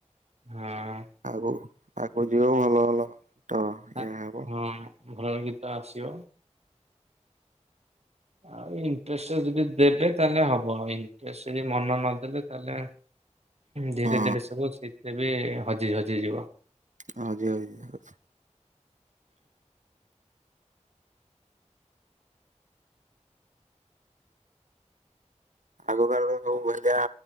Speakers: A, on the right; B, on the right.
A: ହଁଅ।
B: ଆଗକୁ ଆଗକୁ ଯିବ ଭଲ ଭଲ। ତ ଇଏ
A: ଆଁ
B: ହେବ
A: ହଁ ଭଲ ଗୀତ ଆସିବ। ଆଉ ଇଣ୍ଟରେଷ୍ଟ ଯଦି ଦେବେ ତାହେଲେ ହବ ଆଉ ଇଣ୍ଟରେଷ୍ଟ ଯଦି ମନ ନଦେଲେ ତାହେଲେ। ଧୀରେ
B: ହଁ
A: ଧୀରେ ସବୁ ଶୀଥି ବି ହଜି ହଜିଯିବ।
B: ହଜି ହଜି ଯାଉଛି। ଆଗ କାଳର ସବୁ ଭେଣ୍ଡିଆ